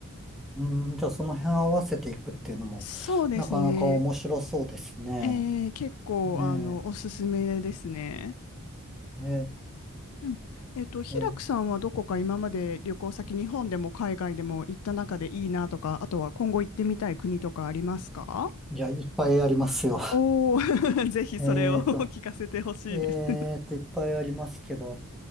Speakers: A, in the centre; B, on the left.
A: うん、じゃあその辺合わせていくっていうのも、
B: そうですね、
A: なかなか面白そうですね。
B: えー結構あのおすすめですね。
A: ええ、ええ、
B: でもえっと、平久さんはどこか今まで旅行先日本でも海外でも行った中でいいなとかあとは今後行ってみたい国とかありますか
A: ええじゃあいっぱいありますよ。
B: おおー、<laughs> ぜひそれを
A: <laughs> えっと、
B: <laughs> 聞かせてほしいです
A: えっと、いっぱいありますけど、